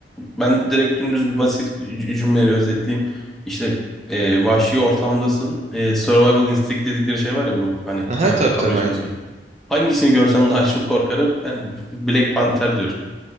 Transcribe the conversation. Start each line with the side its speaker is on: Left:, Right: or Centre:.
Centre: ben direkt dümdüz bir basit cü- cümleyle özetleyeyim. İşte e, vahşi ortamdasın. E, survival instinct dedikleri şey var ya bu. Hani
Right: Aha
Centre: hayatta
Right: tabii tabii
Centre: kalma içgüdüsü.
Right: aynen.
Centre: Hangisini görsem daha çok korkarım? Ben <laughs> Black Panther diyorum.